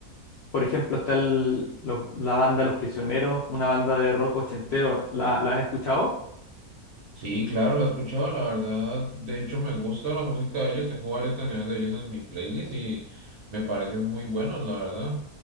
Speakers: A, on the left; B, on the right.
A: Por ejemplo, está el- lo- la banda Los Prisioneros, una banda de rock ochentero. ¿La, la has escuchado?
B: Sí, claro, la he escuchado, la verdad. De hecho, me gusta la música de ellos. Tengo varias canciones de ellos en mi playlist y me parecen muy buenos, la verdad.